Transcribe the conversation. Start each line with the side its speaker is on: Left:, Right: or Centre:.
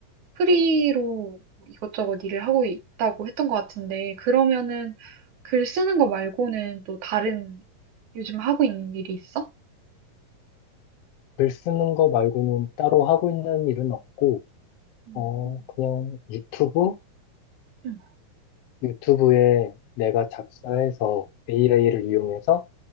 Right: 프리로 이것저것 일을 하고 있다고 했던 것 같은데 그러면은 글 쓰는 거 말고는 또 다른 요즘 하고 있는 일이 있어?
Left: 글 쓰는 거 말고는 따로 하고 있는 일은 없고,
Right: 음.
Left: 어, 그냥 유튜브?
Right: 응.
Left: 유튜브에 내가 작사해서 AI를 이용해서